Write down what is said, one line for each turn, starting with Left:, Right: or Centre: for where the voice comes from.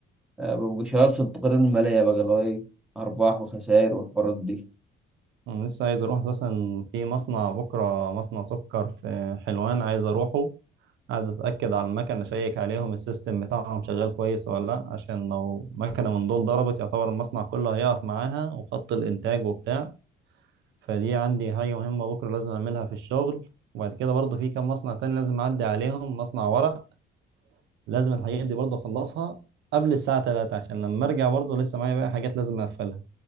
Centre: آه ببقى شغال في التقارير الماليه بقى اللي هو ايه ارباح وخسائر والحوارات دي
Right: انا لسه عايز اروح اساسا في مصنع بكره مصنع سكر في حلوان عايز اروحه قاعد اتاكد على المكنه اشيك عليهم السيستم بتاعهم شغال كويس ولا لا عشان لو مكنه من دول ضربت يعتبر المصنع كله هيقف معاها وخط الانتاج وبتاع فدي عندي حاجه مهمه بكره لازم اعملها في الشغل وبعد كده برضه في كام مصنع تاني لازم اعدي عليهم مصنع ورق لازم الحاجات دي برضه اخلصها قبل الساعه 3 عشان لما ارجع برضه لسه معايا بقى حاجات لازم اقفلها